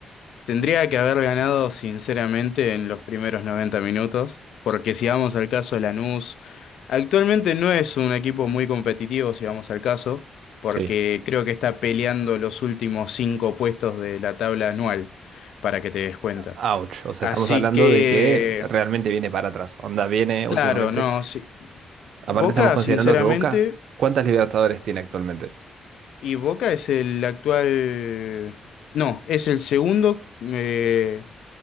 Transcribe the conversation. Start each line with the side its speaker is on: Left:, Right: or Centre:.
Left: Tendría que haber ganado sinceramente en los primeros 90 minutos, porque si vamos al caso de Lanús, actualmente no es un equipo muy competitivo si vamos al caso,
Right: Sí,
Left: porque creo que está peleando los últimos cinco puestos de la tabla anual, para que te des cuenta.
Right: Ouch, o sea,
Left: Así
Right: estamos hablando
Left: que,
Right: de que realmente viene para atrás. Onda viene
Left: claro,
Right: últimamente.
Left: no, sí.
Right: Aparte
Left: Boca
Right: estamos considerando
Left: sinceramente,
Right: que Boca, ¿cuántas Libertadores tiene actualmente?
Left: y Boca es el actual... No, es el segundo. eh,